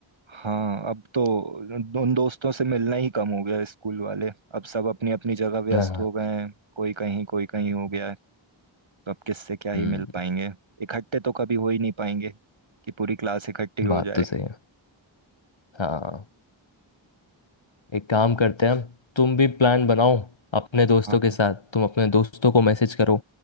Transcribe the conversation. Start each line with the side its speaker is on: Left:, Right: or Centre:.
Right: हाँ अब तो उन उन दोस्तों से मिलना ही कम हो गया स्कूल वाले अब सब अपनी अपनी जगह व्यस्त
Left: हाँ
Right: हो गए हैं कोई कहीं कोई कहीं हो गया है तो अब किससे क्या ही
Left: हम्म
Right: मिल पाएंगे इकट्ठे तो कभी हो ही नहीं पाएंगे कि पूरी क्लास इकट्ठी हो
Left: बात
Right: जाए
Left: तो सही है हाँ एक काम करते हैं तुम भी प्लान बनाओ अपने दोस्तों
Right: हाँ
Left: के साथ तुम अपने दोस्तों को मैसेज करो